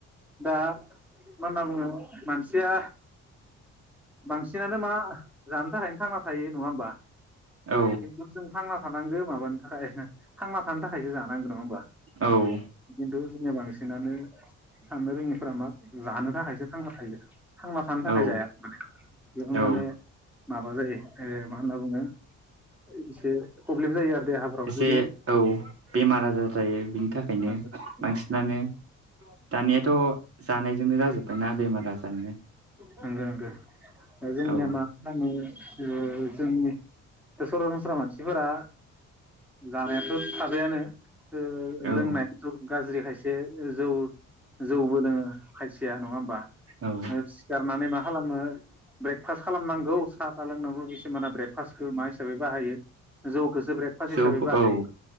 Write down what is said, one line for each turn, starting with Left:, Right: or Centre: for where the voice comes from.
Centre: दा मा होनना बुङो मानसिया बांसिनानो मा जानो थाखायनो थांना थायो नङा होमबा?
Right: औ
Centre: खिन्थु जों थांना थानांगो माबानि थाखाय थांना थानो थाखायसो जानांगो नङा होमबा।
Right: औ।
Centre: खिन्थु जोंनिया बांसिनानो साननो रोङो फोरा मा जानो थाखायसो थांना थायो थांना थानो थाखाय
Right: औ
Centre: जाया माने बेयाव
Right: औ
Centre: माने माबा जायो ओ मा होनना बुङो। एसे प्रब्लेम जायो आरो देहाफोराबो
Right: एसे
Centre: जुदि
Right: औ बेमार
Centre: ओम
Right: आजार जायो बिनि थाखायनो बांसिनानो दानियाथ' जानायजोंनो जाजोब्बाय ना बेमार आजारनो
Centre: नोंगो नोंगो, ओ जोंनिया
Right: औ
Centre: मा खालामो ओ जोंनि सरासनस्रा मानसिफोरा जानायाथ' थाबायानो ओ
Right: औ
Centre: लोंनाय जौ गाज्रि खायसे जौ जौबो लोङो खायसेया नङा होमबा?
Right: औ
Centre: ओ सिखारनानै मा खालामो ब्रेकफास्ट खालामनांगौ साहा था लोंनांगौ खिुमाना ब्रेकफास्टखो मा हि हिसाबै बाहायो जौखौसो ब्रेकफास्ट
Right: जौखौ
Centre: हिसाबै बाहायो।
Right: औ